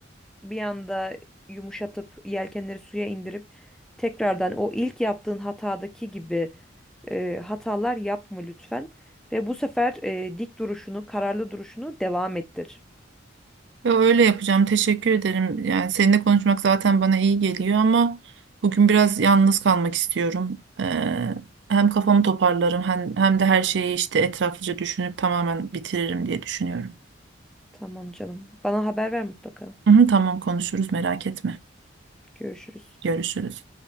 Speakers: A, in the centre; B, on the right.
A: bir anda yumuşatıp yelkenleri suya indirip tekrardan o ilk yaptığın hatadaki gibi e, hatalar yapma lütfen. Ve bu sefer e, dik duruşunu, kararlı duruşunu devam ettir.
B: Ya öyle yapacağım. Teşekkür ederim. Yani seninle konuşmak zaten bana iyi geliyor ama bugün biraz yalnız kalmak istiyorum. Ee, hem kafamı toparlarım hem, hem de her şeyi işte etraflıca düşünüp tamamen bitiririm diye düşünüyorum.
A: Tamam canım. Bana haber ver mutlaka.
B: Hı hı, tamam konuşuruz merak etme.
A: Görüşürüz.
B: Görüşürüz.